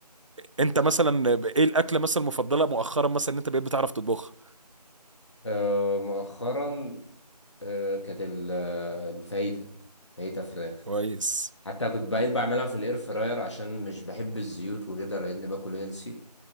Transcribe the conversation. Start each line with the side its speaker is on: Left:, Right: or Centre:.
Right: انت مثلا ايه الاكله مثلا المفضله مؤخرا مثلا ان انت بقيت بتعرف تطبخها
Left: آه، مؤخرا آه، كانت ال- آه، الفاهيتا فاهيتا فراخ
Right: كويس
Left: حتى كنت بقيت بعملها في الاير فراير عشان مش بحب الزيوت وكده لان باكل هيلسي